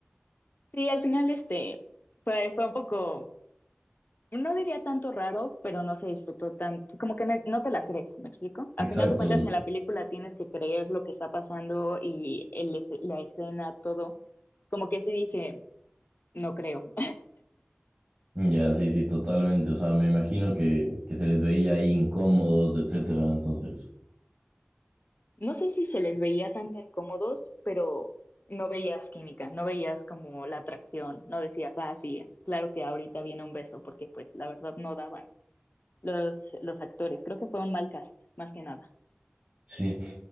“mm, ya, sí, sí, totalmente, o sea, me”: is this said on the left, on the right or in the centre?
Right